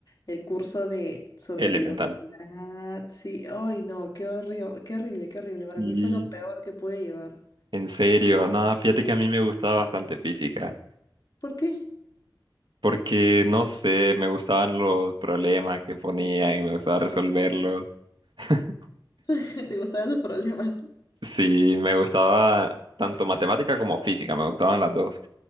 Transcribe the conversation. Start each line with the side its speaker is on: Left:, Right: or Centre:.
Left: el curso de sobre
Right: Elemental.
Left: velocidad, sí, ay no, qué horrible, qué horrible, qué horrible, para
Right: Y
Left: mí fue lo peor que pude llevar.
Right: En serio, no, fíjate que a mí me gustaba bastante física,
Left: ¿Por qué?
Right: porque no sé, me gustaban los problemas que ponían y me gustaba resolverlos. <laughs>
Left: <laughs> ¿Te gustaban los problemas?
Right: Sí, me gustaba tanto matemática como física, me gustaban las dos.